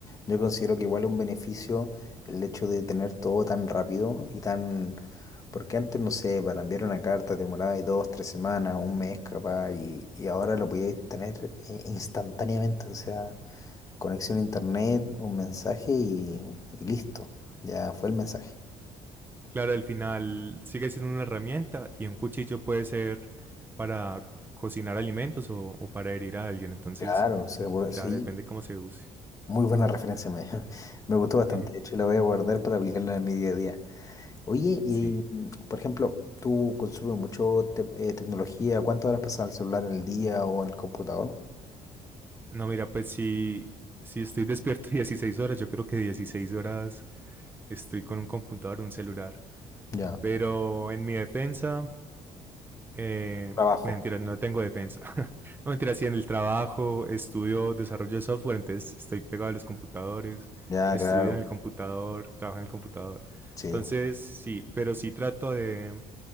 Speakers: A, on the left; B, on the right.
A: Yo considero que igual es un beneficio el hecho de tener todo tan rápido y tan... Porque antes, no sé, para enviar una carta te demoraba dos, tres semanas, un mes capaz, y, y ahora lo podías tener eh, instantáneamente. O sea, Conexión a internet, un mensaje y, y listo. Ya fue el mensaje.
B: Claro, al final sigue siendo una herramienta y un cuchillo puede ser para cocinar alimentos o, o para herir a alguien. Entonces,
A: Claro, se puede-
B: claro,
A: sí.
B: depende cómo se use.
A: Muy buena referencia, me, <laughs> me gustó bastante.
B: <laughs>
A: De hecho, la voy a guardar para aplicarla en mi día a día. Oye, y
B: Sí.
A: mm, por ejemplo, ¿tú consumes mucho te- eh, tecnología? ¿Cuántas horas pasas al celular en el día o en el computador?
B: No, mira, pues si, si estoy despierto <laughs> 16 horas, yo creo que 16 horas estoy con un computador, un celular.
A: Ya.
B: Pero en mi defensa, Eh,
A: Trabajo.
B: mentira, no tengo defensa. <laughs> no, mentira, sí, en el trabajo estudio desarrollo de software, entonces estoy pegado a los computadores,
A: Ya,
B: estudio
A: claro.
B: en el computador, trabajo en el computador.
A: Sí.
B: Entonces, sí, pero sí trato de,